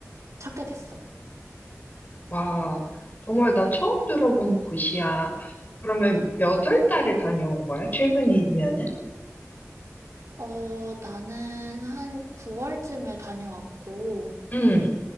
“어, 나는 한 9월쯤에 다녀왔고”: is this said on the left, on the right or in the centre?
Right